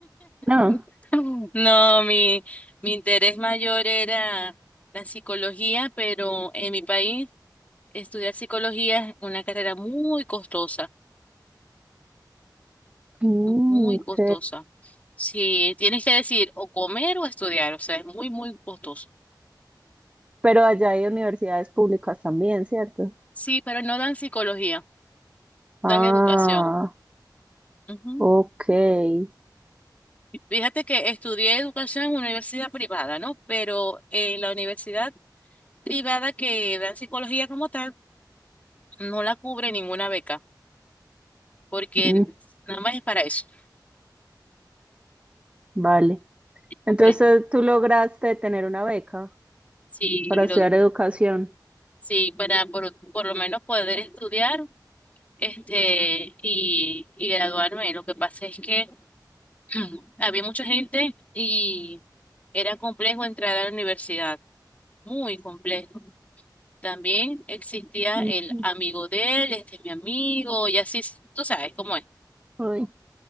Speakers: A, on the right (about 15°); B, on the left (about 20°).
A: No.
B: <laughs> No, mi, mi interés mayor era la psicología, pero en mi país estudiar psicología es una carrera muy costosa,
A: Mm,
B: muy
A: ok.
B: costosa. Sí, tienes que decir o comer o estudiar, o sea, es muy, muy costoso.
A: Pero allá hay universidades públicas también, ¿cierto?
B: Sí, pero no dan psicología,
A: Ah,
B: dan educación. Ujú.
A: ok.
B: Fíjate que estudié educación en una universidad privada, ¿no? Pero en la universidad privada que dan psicología como tal, no la cubre ninguna beca. porque
A: Mm,
B: nada más es para eso.
A: vale.
B: Hombre,
A: Entonces tú lograste tener una beca
B: sí,
A: para estudiar
B: lo,
A: educación.
B: sí, para por, por lo menos poder estudiar este y, y graduarme. Lo que pasa es que <clears throat> había mucha gente y era complejo entrar a la universidad, muy complejo. También existía
A: Ujú.
B: el amigo de él, este es mi amigo, y así, tú sabes cómo es.
A: Ay,